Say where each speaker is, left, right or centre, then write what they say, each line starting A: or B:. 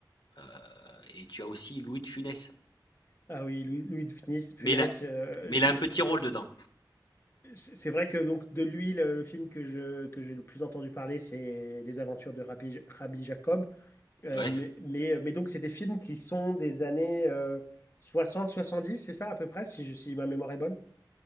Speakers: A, on the left (about 65°); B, on the left (about 35°).
A: euh, et tu as aussi Louis de Funès.
B: Ah oui, Louis, Louis de Funès, Funès,
A: Mais il a,
B: euh,
A: mais
B: je,
A: il a un petit rôle dedans.
B: C'est c'est vrai que donc de lui, le, le film que je, que j'ai le plus entendu parler, c'est Les Aventures de Rabbi, Rabbi Jacob. Euh,
A: Ouais.
B: mais, mais, euh, mais donc, c'est des films qui sont des années euh, soixante soixante-dix c'est ça à peu près, si, je- si ma mémoire est bonne.